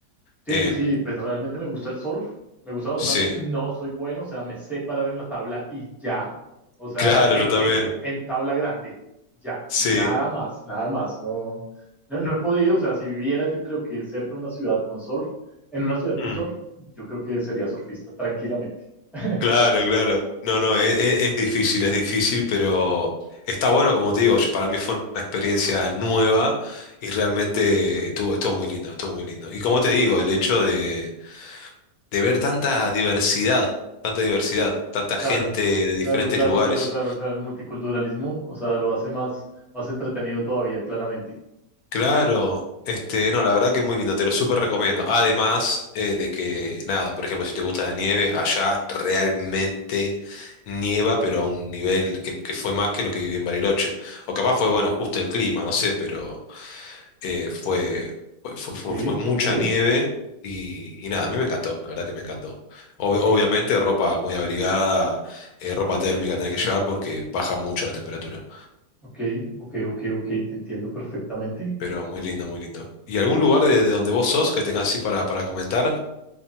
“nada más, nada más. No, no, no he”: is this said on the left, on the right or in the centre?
Centre